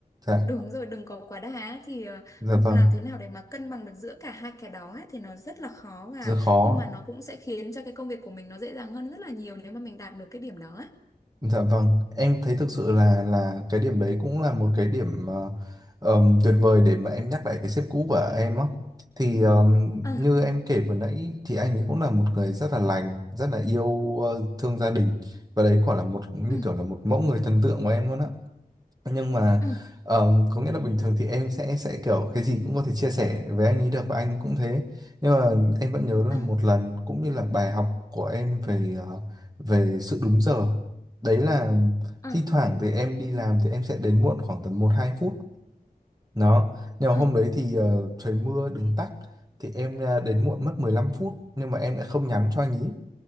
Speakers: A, on the right; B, on the left.
A: dạ
B: đúng rồi đừng có quá đà á. thì ờ,
A: dạ
B: làm
A: vâng
B: thế nào để mà cân bằng được giữa cả hai cái đó á, thì nó rất là khó và
A: rất khó
B: nhưng mà nó cũng sẽ khiến cho cái công việc của mình nó dễ dàng hơn rất là nhiều nếu mà mình đạt được cái điểm đó á.
A: Dạ vâng, em thấy thực sự là là cái điểm đấy cũng là một cái điểm ờ, ờm, tuyệt vời để mà em nhắc lại cái sếp cũ của em á. Thì ờm,
B: Ờ,
A: như em kể vừa nãy thì anh ấy cũng là một người rất là lành, rất là yêu ờ, thương gia đình và đấy quả là một như
B: ừ,
A: kiểu là một mẫu người thần tượng của em luôn á nhưng mà
B: ừ,
A: ờm, có nghĩa là bình thường thì em sẽ sẽ kiểu cái gì cũng có thể chia sẻ với anh ấy được và anh cũng thế nhưng mà em vẫn nhớ là
B: ờ,
A: một lần cũng như là bài học của em về ờ, về sự đúng giờ đấy là
B: ờ,
A: thi thoảng thì em đi làm thì em sẽ đến muộn khoảng tầm một hai phút đó nhưng mà
B: ờ,
A: hôm đấy thì ờ, trời mưa đứng tắc thì em ờ, đến muộn mất mười lăm phút nhưng mà em đã không nhắn cho anh ấy